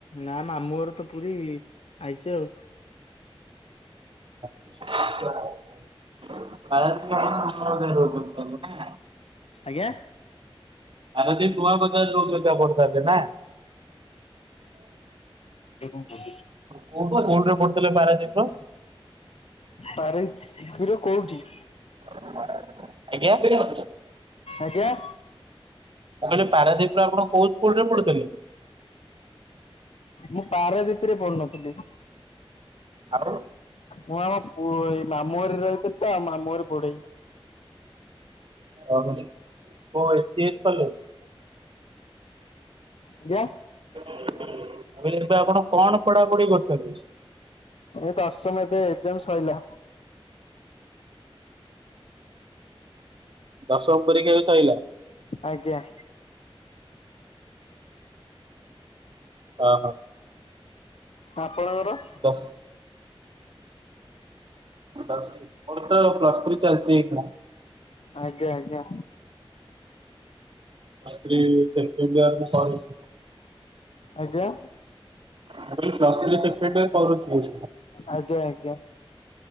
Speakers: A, on the left (about 85°); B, on the right (about 60°).
A: ନା ମାମୁଁ ଘର ତ ପୁରୀ, ଆଇଚି ଆଉ।
B: <unintelligible> <unintelligible>
A: ଆଜ୍ଞା।
B: ପାରାଦ୍ୱୀପ ନୂଆ ବଜାର ରେ ରହୁଚନ୍ତି ଆପଣ ତାହାଲେ ନା?
A: ହୁଁ
B: କୋଉ ପା, କୋଉଠି ପଢୁଥିଲେ ପାରାଦ୍ୱୀପର।
A: ତାରିଚ୍ ଶିବିର କୋଉଠି?
B: <unintelligible> ଆଜ୍ଞା।
A: ଆଜ୍ଞା।
B: ମୁଁ କହିଲି ପାରାଦୀପରେ ଆପଣ କୋଉ ସ୍କୁଲରେ ପଢୁଥିଲେ?
A: ମୁଁ ପାରାଦୀପ ରେ ପଢୁନଥିଲି।
B: ଆଉ?
A: ମୁଁ ଆମ ପୁ ଏଇ ମାମୁଁ ଘରେ ରହିଥିଲି ତ ଆମ ମାମୁଁ ଘରେ ପଢ଼େଇଁ।
B: ଅହ କୋଉ ଏ ସି ଏସ କଲେଜ୍?
A: ଆଜ୍ଞା?
B: ମୁଁ କହିଲି ସେଟା ଆପଣ କଣ ପଢାପଢି କରୁଛନ୍ତି?
A: ଏ ଦସମ ଏବେ ଏଗ୍ଜାମ୍ ସଇଲା।
B: ଦଶମ ପରୀକ୍ଷା ବି ସଇଲା?
A: ଆଜ୍ଞା।
B: ଅହ।
A: ଆପଣଙ୍କର?
B: ଦଶ <unintelligible> ମୋର ତ ପ୍ଲସ୍ ଥ୍ରୀ ଚାଲିଚି ଏଇଖିଣା।
A: ଆଜ୍ଞା ଆଜ୍ଞା।
B: ପ୍ଲସ୍ ଥ୍ରି ସେକେଣ୍ଡ ଇୟର ମୁଁ କରିଚି।
A: ଆଜ୍ଞା?
B: ମୁଁ କହିଲି ପ୍ଲସ୍ ଥ୍ରି ସେକେଣ୍ଡ ଇୟର କରୁଚି।
A: ଆଜ୍ଞା ଆଜ୍ଞା।